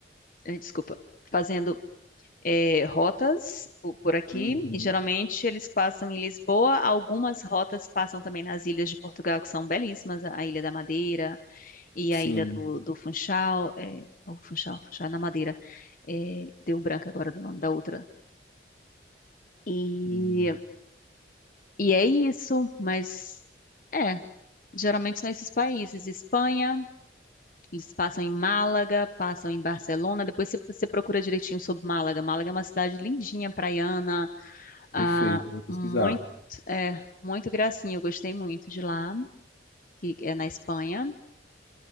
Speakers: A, on the left (about 50°); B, on the left (about 75°).
A: eh, desculpa, fazendo é, rotas po- por aqui,
B: Uhum.
A: e geralmente eles passam em Lisboa. Algumas rotas passam também nas ilhas de Portugal, que são belíssimas, a Ilha da Madeira e
B: Sim,
A: a Ilha do, do Funchal, é, o Funchal, Funchal na Madeira, é, deu branco agora do nome da outra. E,
B: Hum,
A: e é isso, mas é, geralmente são esses países, Espanha. Eles passam em Málaga, passam em Barcelona. Depois você, você procura direitinho sobre Málaga. Málaga é uma cidade lindinha, praiana, Ah,
B: perfeito, eu vou pesquisar.
A: muito, é, muito gracinha, eu gostei muito de lá, que é na Espanha.